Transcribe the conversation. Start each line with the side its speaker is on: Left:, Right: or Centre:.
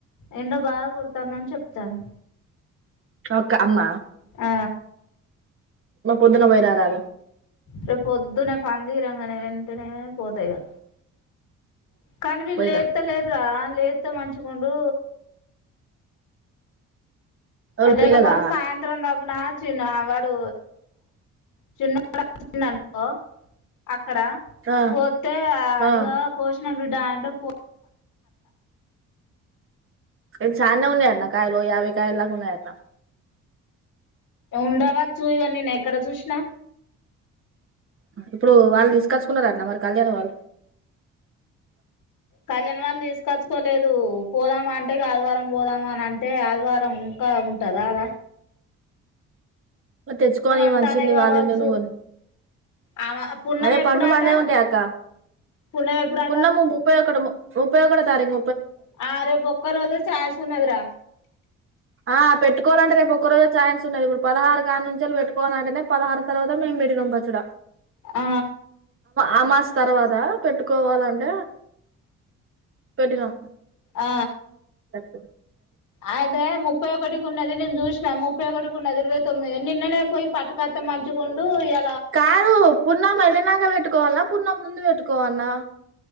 Left: ఏండ బాగా కొడతందని చెప్తాను.
Right: <unintelligible> అమ్మా
Left: ఆ
Right: మా పొద్దున పోయిరారాల
Left: రేపు పొద్దున్నే పనితీరంగానే వెంటనే పోతాఇగా కానీ వీళ్లు
Right: పోయిరా
Left: లేత్తలేర్ర లేత్తే మంచిగుండు
Right: ఎవలు
Left: అలేకపోతే
Right: పిల్లలా
Left: సాయంత్రం ప్పునా చిన్న వాడు చిన్నోడు వచ్చిండు అనుకో అక్కడ
Right: ఆ
Left: కోతే
Right: ఆ
Left: ఇగ కోశ <unintelligible> డాన్డ్రఫ్ పో
Right: ఏ చాన్నే ఉన్నాయన్నా కాయలు యాబై కాయల్ దాకా ఉన్నాయన్నా
Left: ఉండవచ్చు ఇగో నిను ఎక్కడ చూసిన
Right: ఇప్పుడు వాళ్ళు తీసుకొచ్చుకున్నారటనా మరి కళ్యాణ వాళ్ళు
Left: కళ్యాణ్ వాళ్ళు తీసుకచ్చుకోలేదు పోదాం అంటే ఇక ఆదివారం పోదామ అని అంటే ఆదివారం ఇంకా ఉంటదరా
Right: మరి తెచ్చుకోని
Left: అంటానే
Right: మనుషుల్ని
Left: కావచ్చు
Right: వాళ్ళైన నువన్న
Left: ఆమె పుణ్యం
Right: అదే
Left: ఎప్పుడాట
Right: పండు పండే ఉంటాయక్క
Left: పుణ్యం ఎప్పుడాట
Right: ఉన్నాము ముప్పైఅక్కడ ముప్పై ఒకటో తారీకు
Left: ఆ రేపు ఒక్క రోజే చాయిస్ ఉన్నదిరా
Right: ఆ పెట్టుకోవాలంటే రేపు ఒక్క రోజు చాన్స్ ఉన్నది ఇప్పుడు పదహారు కానుంచెళ్ళి పెట్టు పోనాంటనే పదహారు తర్వాత మేము పెట్టినం పచ్చడా
Left: ఆ
Right: ఆ మాస తర్వాత పెట్టుకోవాలంటే పెట్టినాం
Left: ఆ
Right: త త
Left: అయితే ముప్పై ఒకటికి ఉన్నది నేను చూసినా, ముప్పై ఒకటికి ఉన్నది ఇరవై తొమ్మిది నిన్ననే పొయ్యి పట్టుకత్తే మంచుగుండు ఇయ
Right: కాదు పున్నం ఏళ్లినంక పె ట్టుకోవాల్నా, పున్నం ముందు పెట్టుకోవాల్నా?